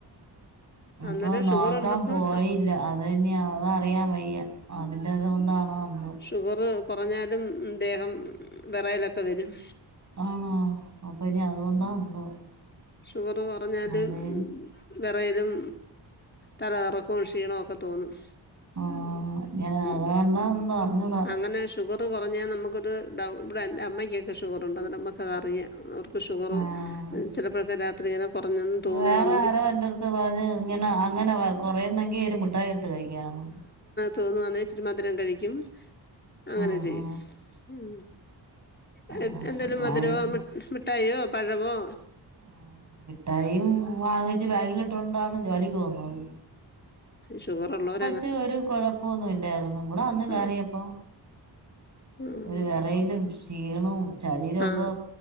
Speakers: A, on the right; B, on the left.
A: അപ്പൊ
B: അന്നേരം
A: നോക്കാൻ
B: ഷുഗർ ഉള്ളപ്പം
A: പോയില്ല അത് തന്നെയാ അത് അറിയാൻ വയ്യ അതിന്റേത് കൊണ്ടാണോ എന്തോ
B: ഷുഗർ കുറഞ്ഞാലും ദേഹം വിറയലൊക്കെ വരും
A: ആണോ അപ്പൊ ഇനി അതുകൊണ്ടാ എന്തോ
B: ഷുഗർ കുറഞ്ഞാല്
A: അതെ
B: വെറയലും തലകറക്കവും ക്ഷീണവും ഒക്കെ തോന്നും
A: ആഹ് ഞാൻ
B: ഉം
A: അതുകൊണ്ടാ എന്തോ അറിഞ്ഞൂടാ
B: അങ്ങനെ ഷുഗറ് കൊ റഞ്ഞാൽ നമുക്കൊരു ഡൗ ഇവിടെ എന്റെ അമ്മക്കൊക്കെ ഷുഗറുണ്ട് അന്നേരം നമുക്കതറിയാം ഷുഗർ
A: ആഹ്
B: ചിലപ്പോഴൊക്കെ രാത്രി ഇങ്ങനെ കുറഞ്ഞെന്ന് തോന്നുവാണെങ്കിൽ
A: വേറെ ആരോ എന്റെ അടുത്ത് പറഞ്ഞ് ഇങ്ങനെ അങ്ങനെ കൊറയന്നെങ്കി ഒരു മു ട്ടായി എടുത്ത് കഴിക്കണോന്ന്
B: തോന്നുവാന്നേ ഇച്ചിരെ മധുരം കഴിക്കും അങ്ങനെ
A: ആഹ്
B: ചെയ്യും ഉം <unintelligible>
A: ആഹ് ആഹ്
B: എന്തേലും മധുരോ മിഠായോ പഴവോ
A: ആ മിട്ടായിം വാങ്ങിച്ച് ബാഗിലിട്ടോണ്ടാണ് ജോലി പോന്നത്
B: ഷുഗർള്ളോ
A: ത് ഒരു കൊഴപ്പൊന്നുല്ലാര്ന്നു ഇവടെ വന്ന് കേറിയപ്പോ
B: ആ ആ
A: ഒരു വെറയലും ക്ഷീണവും ശരീരൊക്കെ
B: ആ